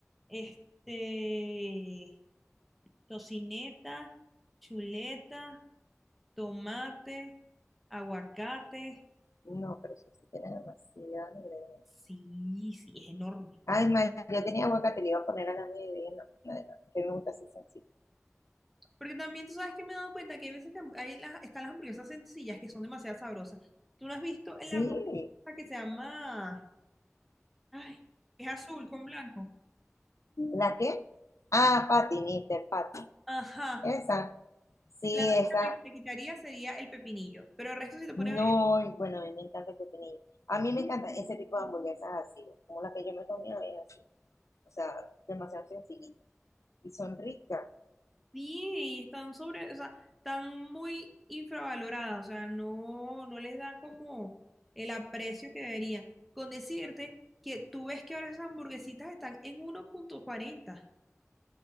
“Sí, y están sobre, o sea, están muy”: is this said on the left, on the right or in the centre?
Centre